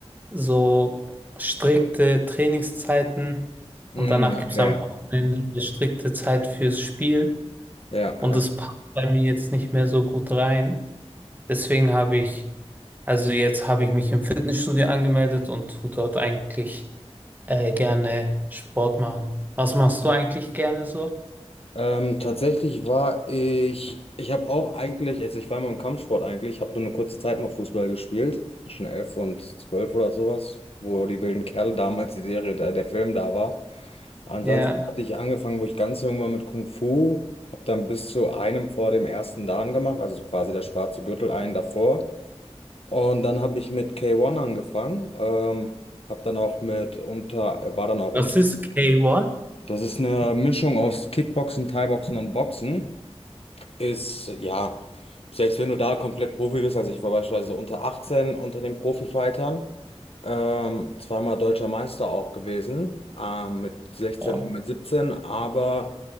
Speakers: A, on the right; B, on the left.
A: so strikte Trainingszeiten
B: Mhm.
A: und danach gibt
B: Okay.
A: es am Wochenende eine strikte Zeit fürs Spiel
B: Ja,
A: und
B: ja.
A: das passt bei mir jetzt nicht mehr so gut rein. Deswegen habe ich, also jetzt habe ich mich im Fitnessstudio angemeldet und tue dort eigentlich äh, gerne Sport machen. Was machst du eigentlich gerne so?
B: Ähm, tatsächlich war ich, ich habe auch eigentlich, also ich war immer im Kampfsport eigentlich, habe nur eine kurze Zeit mal Fußball gespielt, zwischen elf und zwölf oder sowas, wo die wilden Kerle damals die Serie, da, der Film da war. Ansonsten
A: Ja.
B: hatte ich angefangen, wo ich ganz jung war mit Kung Fu, habe dann bis zu einem vor dem ersten Dan gemacht, also quasi der schwarze Gürtel, einen davor. Und dann habe ich mit K1 angefangen, ähm, habe dann auch mit unter, war dann auch unter.
A: Was ist K1?
B: Das ist eine Mischung aus Kickboxen, Thaiboxen und Boxen ist, ja, selbst wenn du da komplett Profi bist, also ich war beispielsweise unter 18 unter den Profifightern, ähm, zweimal deutscher Meister auch gewesen, ähm, mit sechzehn
A: Oh.
B: und mit 17 aber